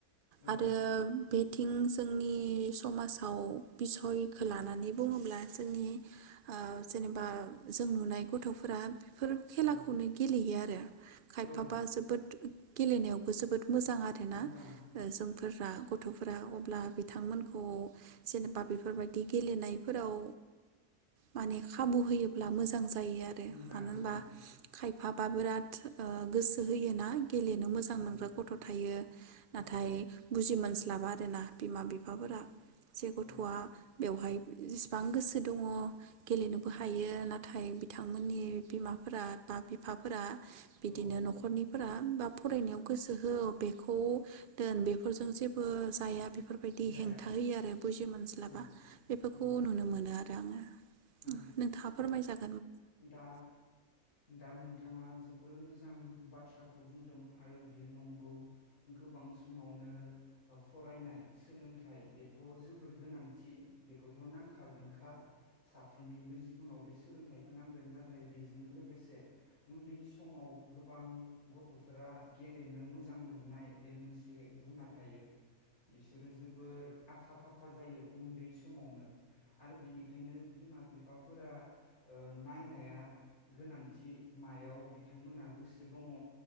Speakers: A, on the left; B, on the right.
A: औ
B: आरो बेथिं जोंनि समाजाव बिसयखो लानानै बुङोब्ला जोंनि ओ जेनेबा जों नुनाय गथ'फोरा बेफोर खेलाखौनो
A: औ
B: गेलेयो आरो खायफाबा
A: औ
B: जोब गेलेनायावबो जोबोद मोजां आरोना
A: मोजां
B: ओ जों फोरा गथ'फोरा अब्ला बिथांमोनखौ जेनेबा बेफोरबायदि गेलेनायफोराव माने खाबु होयोब्ला मोजां जा जायो आरो
A: मोजां
B: मानो
A: मोजां
B: होनबा खाय फाबा बोराद ओ गोसो होयोना गेलेनो मोजां
A: औ
B: मोनग्रा गथ' थायो नाथाय
A: औ
B: बुजि मोन मोनस्लाबा आरो ना। बिमा बिफाफोरा
A: औ
B: जे गथ'आ
A: औ
B: बेवहाय जेसिबां गोसो दङ गेलेनोबो हायो नाथाय बिथांमोननि बिमाफोरा बा बिफाफोरा बिदिनो
A: औ
B: न'खरनि फोर बा फरायनायाव गोसो हो बेखौ दोन बेफोरजों जेबो जाया बेफोरबायदि
A: जाया
B: हेंथा होयो आरो बुजि मोनज्लाबा
A: औ
B: बेफोरखौ
A: औ
B: नुनो मोनो आरो। आङो
A: औ
B: नोंथाङा फोरमाय जागोन
A: दा दा नोंथाङा जोबोर मोजां बाथ्राखौ बुंदों आरो बेयो नंगौ गोबां समावनो ओ फरायनाय सोलोंथाइ बेथ' जोबोर गोनांथि बेखौथ' नांखागोनखा साफ्रोमनिबो जिबनाव बे सोलोंथाइ होनांगोन नाथाय बेजोंनो लोगोसे उन्दै समाव गोबां गथ'फोरा गेलेनो मोजां मोननाय बे मोनसे गुना थायो बिसोरो जोबोर आखा फाखा जायो उन्दै समावनो आरो बिनिखायनो बिमा बिफाफोरा ओ नायनाया गोनांथि मायाव बिथांमोनहा गोसो दङ